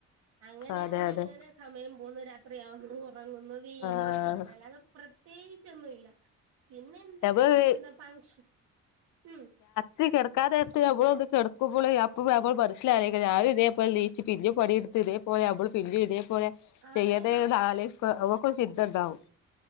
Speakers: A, on the right (about 75°); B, on the left (about 80°).
A: അങ്ങനങ്ങനങ്ങനെ
B: അതെ അതെ
A: സമയം പോന്നു രാത്രിയാവുന്നു ഒറങ്ങുന്നു വീണ്ടും
B: ആഹ്
A: അത് തന്നെ അല്ലാതെ പ്ര ത്യേകിച്ച് ഒന്നുല്ല പിന്നെ എന്തെങ്കിലും
B: നമ്മള്
A: എന്താ ഫങ്ഷൻ ഉം
B: ത്രി കെടക്കാ നേരത്ത് നമ്മളൊന്ന് കെടക്കുമ്പള് അപ്പോ ഞമ്മള് മനസ്സിലാലോയിക്കു രാവിലെ തേപോലെ നീച്ച് പിന്നെം പണിഎടുത് പോലെ അമ്മള് പിന്നിം ഇതേപോലെ
A: അതെ
B: ചെയ്യണ്ടേന്ന്
A: അതെ
B: ആലോയ്ക്കു അമ്മക്കൊര് ചിന്തണ്ടാവും